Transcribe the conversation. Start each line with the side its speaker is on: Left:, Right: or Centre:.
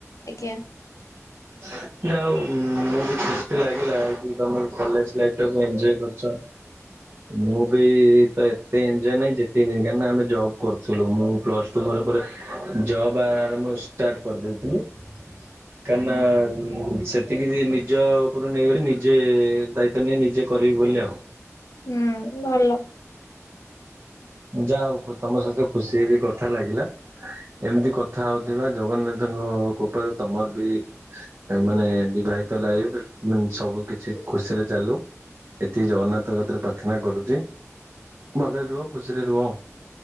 Left: ଆଜ୍ଞା।
Right: ମୁଁ କଇନି ଆଉ ମୁଁ ବି ଖୁସି ଲାଗିଲା ଯେ ତମେ କଲେଜ ଲାଇଫ୍ ଟା କୁ ଏଞ୍ଜୟ କରିଛ। ମୁଁ ବି ତ ଏତେ ଏଞ୍ଜୟ ନାହିଁ ଯେତିକ ଦିନ୍ କାଇଁନା ଆମେ ଜବ୍ କରୁଥୁଲୁ ମୁଁ ପ୍ଲସ୍ ଟୁ ପରେ ପରେ ଜବ୍ ଆରମ୍ଭ ଷ୍ଟାର୍ଟ କରିଦେଇଥିଲି। କାଇଁନା
Left: ହୁଁ
Right: ସେତିକି ଯେ ନିଜ ଉପୁରୁ ନେଇଗଲି ନିଜେ ଦାୟିତ୍ୱ ନେଇ ନିଜେ କରିବି ବୋଲି ଆଉ।
Left: ହୁଁ ଭଲ।
Right: ଯାଆହୋଉ ଖୁ ତମ ସହିତ ଖୁସି ହେଇକି କଥା ଲାଗିଲା। ଏମ୍ତି କଥା ହୋଉଥିବା ଜଗନ୍ନାଥଙ୍କ କୃପାରୁ ତମର ବି ଏ ମାନେ ବିବାହିତ ଲାଇଫ୍ ମାନେ ସବୁ କିଛି ଖୁସିରେ ଚାଲୁ। ଏତିକି ଜଗନ୍ନାଥ କତିରେ ପ୍ରାର୍ଥନା କରୁଚି। ଭଲ ରେ ରୁହ ଖୁସିିରେ ରୁହଉ।